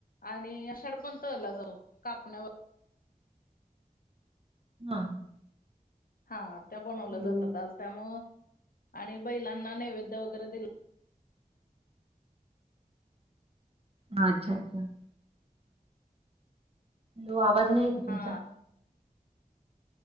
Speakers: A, on the left; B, on the right.
A: आणि आषाढ पण तळला जातो, कापण्या वगै
B: हां.
A: हा, त्या बनवल्या
B: हॅलो
A: जातात आज त्यामुळं, आणि बैलांना नैवेद्य वगैरे दिल
B: हा अच्छा अच्छा. हो आवाज नाही येत तुमचा
A: हा